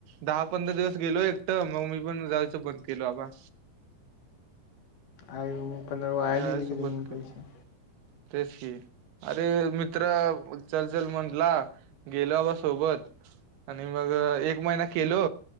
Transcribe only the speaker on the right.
दहा पंधरा दिवस गेलो एकटं मग मी पण जायचं बंद केलो आबा.
जायचं
बंद
केलं
तेच की अरे मित्र चलचल म्हटला गेलो बाबा सोबत आणि मग एक महिना केलो